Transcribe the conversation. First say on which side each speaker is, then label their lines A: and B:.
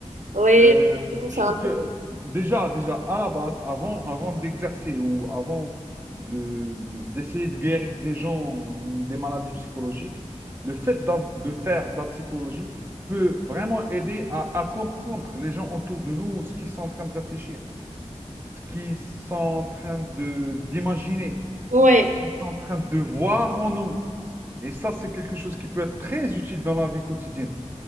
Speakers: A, on the right; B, on the right.
A: Ouais,
B: Euh,
A: j'avoue,
B: je
A: c'est
B: trouve
A: un truc.
B: que déjà, déjà, à la base, avant, avant d'exercer ou avant de, de- d'essayer de guérir des gens des maladies psychologiques, le fait d'av- de faire de la psychologie peut vraiment aider à, à comprendre les gens autour de nous, ce qu'ils sont en train de réfléchir. ce qu'ils sont en train de d'imaginer,
A: Ouais.
B: ce qu'ils sont en train de voir en nous. Et ça, c'est quelque chose qui peut être très utile dans la vie quotidienne.